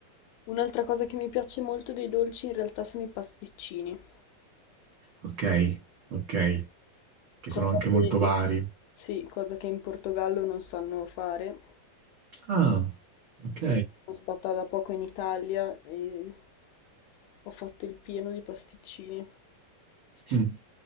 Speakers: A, on the left (about 85°); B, on the right (about 75°).
A: Un'altra cosa che mi piace molto dei dolci in realtà sono i pasticcini,
B: ok, ok, che
A: cosa
B: sono anche
A: che
B: molto
A: in,
B: vari.
A: sì, cosa che in Portogallo non sanno fare.
B: Ah, ok.
A: E Sono stata da poco in Italia e ho fatto il pieno di pasticcini.
B: Mm.